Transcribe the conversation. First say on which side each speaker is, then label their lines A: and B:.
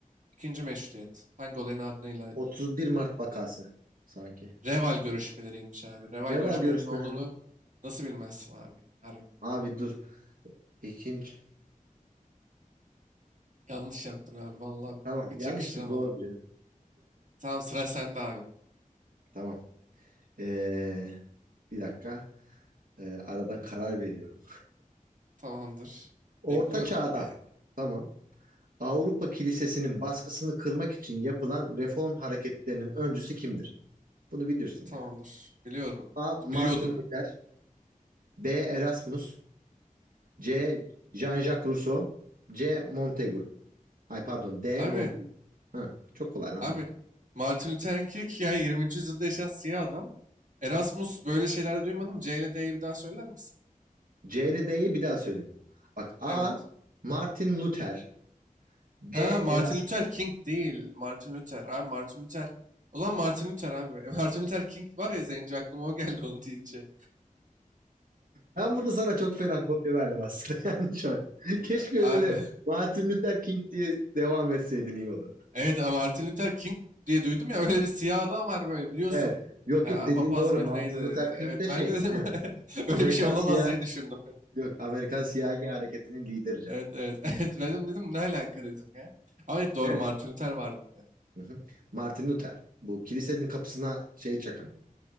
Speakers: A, on the right (about 60°); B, on the right (about 80°).
A: İkinci meşrutiyet. Hangi olayın ardından ilan edildi?
B: 31 Mart vakası sanki.
A: Reval görüşmeleriymiş abi. Reval
B: Reval
A: görüşmelerinin
B: görüşmeleri
A: olduğunu
B: mi?
A: nasıl bilmezsin abi? Harbi.
B: Abi dur. İkinci.
A: Yanlış yaptın abi. Vallahi
B: Tamam
A: hiç
B: yanlıştır
A: yakıştıramadım.
B: doğrudur ya.
A: Tamam sıra sende abi.
B: Tamam. Ee, bir dakika. Ee, aradan karar veriyorum.
A: Tamamdır.
B: Orta
A: Bekliyorum.
B: çağda.
A: Yani
B: Tamam. Avrupa Kilisesi'nin baskısını kırmak için yapılan reform hareketlerinin öncüsü kimdir? Bunu bilirsin
A: Tamamdır.
B: ya.
A: Biliyordum.
B: A. Martin
A: Biliyordum.
B: Luther B. Erasmus C. Jean-Jacques Rousseau C. Montaigu Ay pardon D.
A: Abi,
B: Montaigu Hı, çok kolay lan
A: abi
B: bu.
A: Martin Luther King yani 20. yüzyılda yaşayan siyah adam. Erasmus böyle şeyler duymadım. C ile D'yi bir daha söyler misin?
B: C ile D'yi bir daha söyleyeyim. Bak A.
A: Evet.
B: Martin Luther B.
A: Ha
B: Erasmus
A: Martin Luther King değil. Martin Luther. Abi Martin Luther. O zaman Martin Luther abi. <laughs> Martin Luther King var ya zenci aklıma o geldi onu deyince.
B: Ben burada sana çok fena kopya verdim aslında <laughs> yani şu an. Keşke
A: Abi.
B: öyle
A: <laughs>
B: Martin Luther King diye devam etseydin iyi olurdu.
A: Evet abi, Martin Luther King diye duydum ya öyle bir siyah adam var böyle biliyorsun.
B: Evet. Yok
A: Ya
B: yok dediğin
A: papaz
B: doğru.
A: mıydı
B: Martin
A: neydi?
B: Luther King
A: Evet
B: de
A: ben
B: şey.
A: de dedim
B: Evet.
A: <laughs>
B: Amerikan
A: öyle bir şey olamaz
B: siyah
A: diye düşündüm.
B: yok. Amerikan siyahi hareketinin lideri canım.
A: Evet evet. <laughs> Evet benim dedim ne alaka dedim ya. Ama evet, doğru
B: Evet.
A: Martin Luther vardı bir de.
B: Hı hı. Martin Luther. Bu kilisenin kapısına şey çakan.